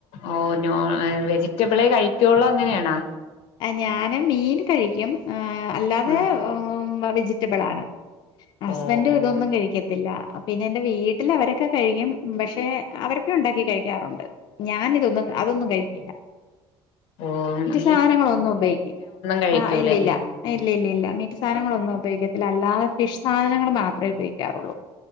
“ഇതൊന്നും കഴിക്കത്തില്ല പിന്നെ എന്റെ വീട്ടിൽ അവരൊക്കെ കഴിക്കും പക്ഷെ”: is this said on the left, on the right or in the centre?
Left